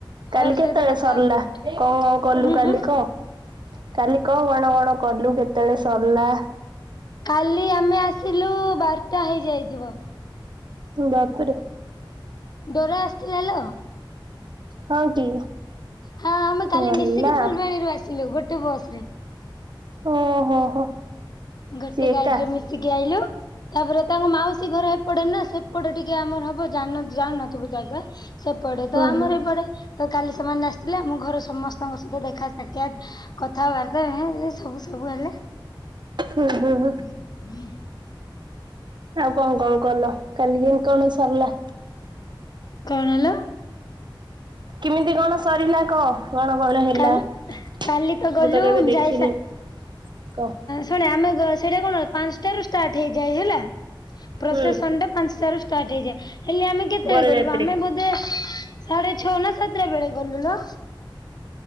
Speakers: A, on the right; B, on the left.
A: କାଲି
B: ହର
A: କେତେବେଳେ
B: ସହିତ କଥା
A: ସରିଲା?
B: ହଉଥିଲା
A: କଣ, କଣ କଲୁ
B: ଉଁ
A: କାଲି
B: ହୁଁ
A: କହ? କାଲି କଣ ବଣ -ବଣ କଲୁ କେତେବେଳେ ସରିଲା?
B: କାଲି ଆମେ ଆସିଲୁ ବାରଟା ହେଇଯାଇଥିବ।
A: ବାପରେ,
B: ଡୋରା ଆସିଥିଲା ହେଲାଉ।
A: ହଁ କି?
B: ହଁ ଆମେ କାଲି
A: ଗଲା
B: ମିଶିକି ଫୁଲବାଣୀରୁୁ ଆସିଲୁ ଗୋଟେ ବସ ରେ।
A: ଓହୋ, ହୋ।
B: ଗୋଟେ
A: ସିଏ
B: ଗାଡିରେ
A: ଏକା
B: ମିଶିକି ଆଇଲୁ, ତାପରେ ତାଙ୍କ ମାଉସୀ ଘର ଏପଟେ ନା ସେପଟେ ଟିକେ ଆମର ହବ ଜାନଥିବୁ, ଜାନନ ଥିବୁ ଜାଗା। ସେପଟେ
A: ହୁଁ
B: ତ ଆମର
A: ହୁଁ
B: ଏପଟେ ତ କାଲି ସେମାନେ ଆସିଥିଲେ ଆମ ଘର ସମସ୍ତଙ୍କ ସହିତ ଦେଖା ସାକ୍ଷାତ କଥାବାର୍ତା ହେ, ଇଏ, ଇଏ ସବୁ ସବୁ ହେଲେ।
A: ହୁଁ, ହୁଁ, ହୁଁ।
B: ହୁଁ ହୁଁ
A: ଆଉ କଣ, କଣ କଲ? କାଲି କେମିତି କଣ ସରିଲା?
B: କଣ ହେଲା?
A: କେମିତି କଣ ସରିଲା କହ? କଣ, କଣ ହେଲା।
B: କାଲି
A: ମୁଁ
B: କାଲି ଗଲୁ
A: ତ କେବେ ଦେଖିନି?
B: ଯାଇସା
A: କହ
B: ଶୁଣେ ଆମେ ସେଇଟା କଣ ପାଞ୍ଚଟ ର ଷ୍ଟାର୍ଟ ହେଇଯାଏ ହେଲା। ପ୍ରସେସନ
A: ହୁଁ
B: ଟା ପାଞ୍ଚଟ ର ଷ୍ଟାର୍ଟ ହେଇଯାଏ ହେଲେ ଆମେ କେତେବେଳେ
A: ବରଯାତ୍ରୀ
B: ଗଲୁ ଆମେ ବୋଧେ ସାଢେ ଛଅ ନା ସାତଟା ବେଳେ ଗଲୁ ଲୋ